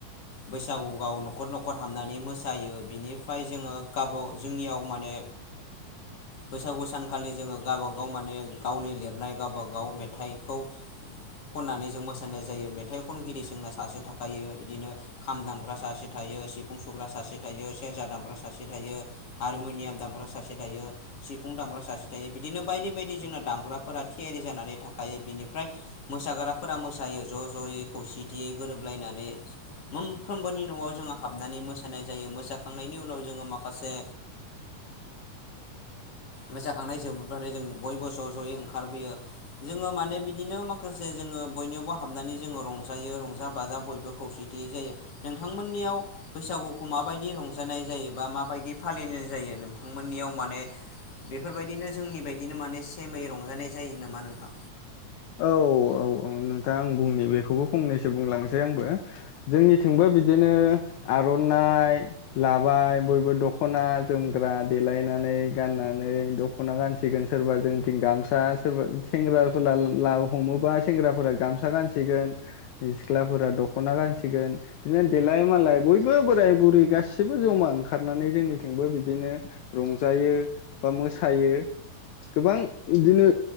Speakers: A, on the left (about 45°); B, on the left (about 70°).
A: बैसागु गाव न'खर न'खर हाबनानै मोसायो बिनिफ्राय जोङो गावब जोंनियाव माने बैसागु सानखालि जोङो गावबागाव माने गावनि लिरनाय गावबागाव मेथ थाइखौ खननानै जों मोसानाय जायो मेथाइ खनगिरि जोंना सासे थाखायो बिदिनो खाम दामग्रा सासे थायो सिफुं सुग्रा सासे थायो सेरजा दामग्रा सासे थायो हारमुनियाम दामग्रा सासे थायो सिफुं दामग्रा सासे थायो बिदिनो बायदि बायदि जोंना दामग्राफोरा थियारि जानानै थाख खायो बिनिफ्राय मोसाग्राफोरा मोसायो ज' ज'यै खौसेथियै गोरोबलायनानै मोनफ्रोमबोनि न'आव जोङो हाबनानै मोसानाय जायो मोसाखांनायनि उनाव जोङो माखासे मोसाखांनाय जोबोब्लाथाय जों बयबो ज' ज'यै ओंखारबोयो। जोङो माने बिदिनो माखासे जोङो बयनियावबो हाबनानै जोङो रंजायो रंजा बाजा बयबो खौसेथिय जायो नोंथांमोननियाव बैसागुखौ माबायदि रंजानाय जायो बा माबायदि फालिनाय जायो नोंथांमोननियाव माने बेफोरबायदिनो जोंनि बायदिनो माने सेमै रंजानाय जायो नामा नोंथां?
B: औ -औ -औ नोंथाङां आं बुंनि बेखौबो फंनैसो बुंलांसै आंबो जोंनिथिंबो बिदिनो आर'नाइ लाबाय बयबो दख'ना, जोमग्रा देलायनानै गाननानै दख'ना गानसिगोन सोरबा जोंथिं गामसा सोरबा सेंग्राफोर ला लाव हमोबा सेंग्राफोरा गामसा गानसिगोन सिख्लाफोरा दख'ना गानसिगोन बिदिनो देलाय मालाय बयबो बोराय -बुरि गासिबो जमा ओंखारनानै जोंनिथिंबो बिदिनो रंजायो बा मोसायो गोबां बिदिनो